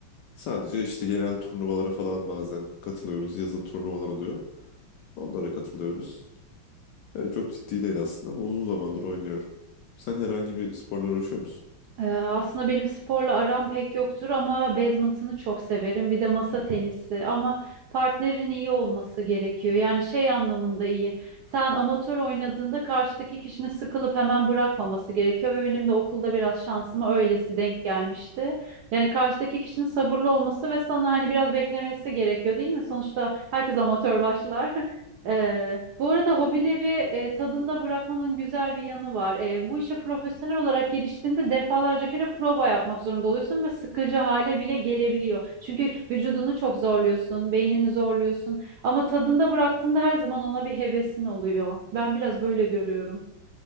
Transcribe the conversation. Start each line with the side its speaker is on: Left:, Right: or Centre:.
Left: sadece işte yerel turnuvalara falan bazen katılıyoruz. Yazın turnuvalar oluyor. Onlara katılıyoruz. Yani çok ciddi değil aslında ama uzun zamandır oynuyorum. Sen herhangi bir sporla uğraşıyor musun?
Right: Ee, aslında benim sporla aram pek yoktur ama badminton'u çok severim. Bir de masa tenisi ama partnerin iyi olması gerekiyor. Yani şey anlamında iyi. Sen amatör oynadığında karşıdaki kişinin sıkılıp hemen bırakmaması gerekiyor ve benim de okulda biraz şansıma öylesi denk gelmişti. Yani karşıdaki kişinin sabırlı olması ve sana hani biraz beklemesi gerekiyor değil mi? Sonuçta herkes amatör başlar. <laughs> Ee, bu arada hobileri
Left: Badminton'da
Right: e, tadında
Left: evet.
Right: bırakmanın güzel bir yanı var. Ee, bu işe profesyonel olarak giriştiğinde defalarca kere prova yapmak zorunda oluyorsun ve sıkıcı hale bile gelebiliyor. Çünkü vücudunu çok zorluyorsun, beynini zorluyorsun. Ama tadında bıraktığında her zaman ona bir hevesin oluyor. Ben biraz böyle görüyorum.